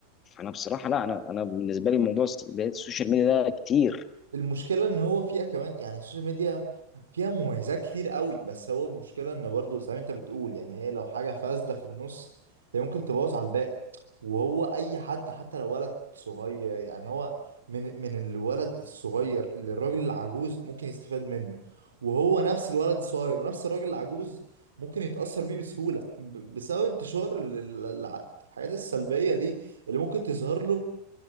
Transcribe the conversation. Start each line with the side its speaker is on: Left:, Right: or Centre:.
Left: انا بصراحه لا انا انا بالنسبه لي موضوع الس- بداية السوشيال ميديا ده كتير
Right: المشكلة ان هو فيها كمان يعني السوشيال ميديا فيها مميزات كتير قوي بس هو المشكلة ان برضو زي ما انت بتقول يعني هي لو حاجة فاسدة في النص هي ممكن تبوظ على الباقي وهو اي حد حتى لو ولد صغير يعني هو من من الولد الصغير للراجل العجوز ممكن يستفاد منه وهو نفس الولد الصغير ونفس الراجل العجوز ممكن يتأثر بيه بسهولة ب- بسبب انتشار ال- ال- الع- الحاجات السلبية دي اللي ممكن تظهر له